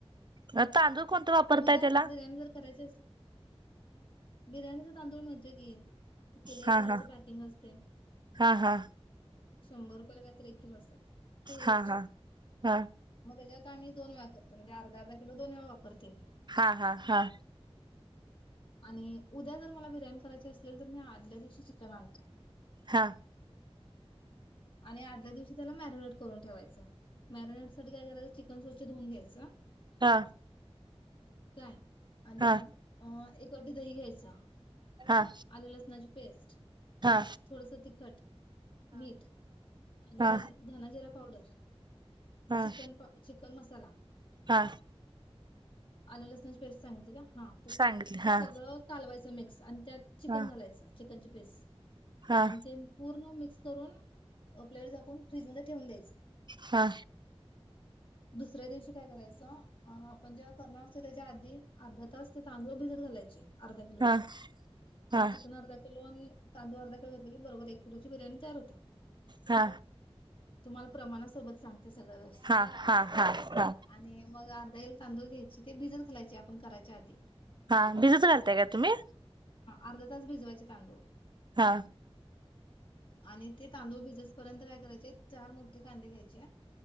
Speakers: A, on the right; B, on the left.
A: हा तांदूळ कोणतं वापरताय
B: उद्या
A: त्याला
B: बिर्याणी जर करायची असली बिर्याणीचा तांदूळ मिळतोय की किलो एक
A: हा
B: किलोच
A: हा
B: पॅकिंग असतय.
A: हा हा
B: शंभर रुपयाला काय तर एक किलो असात्यात. ते
A: हा
B: हेच
A: हा हा
B: मग त्याच्यात आणि दोन वेळा कर म्हणजे अर्धा अर्धा किलो दोन वेळा वापर. ते
A: हा हा हा
B: आणि उद्या जर मला बिर्याणी करायची असेल तर मी आदल्या दिवशी चिकन आणतोय.
A: हा
B: आणि आदल्या दिवशी त्याला मॅरिनेट करून ठेवायचं. मॅरिनेटसाठी काय करायचं चिकन पण स्वच्छ धुऊन घ्यायच.
A: हा
B: काय आणिआ
A: हा
B: एक कधी दही घ्यायचा.
A: हा
B: आल लसणाची पेस्ट
A: हा
B: थोडस तिखट, मीठ आणि
A: हा
B: धन, जिरं पावडर
A: हा
B: चिकन पण चिकन मसाला
A: हा
B: आले लसणाची पेस्ट सांगितली का? हा ते
A: सांगितले
B: ते
A: हा
B: सगळं कालवायचं नई आणि त्यात चिकन
A: हा
B: घालायचं चिकन च बस
A: हा
B: आणि ते पूर्ण मिक मिक्स करून प्लेट झाकून फ्रीजमध्येध्ये ठेवून द्यायच
A: हा
B: दुसऱ्या दिवशी काय करायचं अ आपण जेव्हा करणार असत त्याच्या आधी अर्धा तास ते तांदूळ भिजत घालायचे अर्धा किलोचे
A: हा हा
B: चिकन अर्धा किलो आणि तांदू अर्धाळ घेतलं की बरोबर एक किोची बिर्याणी तयार होता
A: हा
B: तुम्हाला प्रमाणासोबत सांग ते सगळं व्यवस्थ
A: हा हा हा हा
B: आणि मग अध तांदळ घ्यायचे ते भिजन खायचे करायच्या आध
A: हा भिजत घालताय का तुम्ही
B: अर्ध तास भिजवायचे तांदूळ
A: हा
B: आणि ते तांदूळ भिज पर्य काय करायचे मो त कांध घच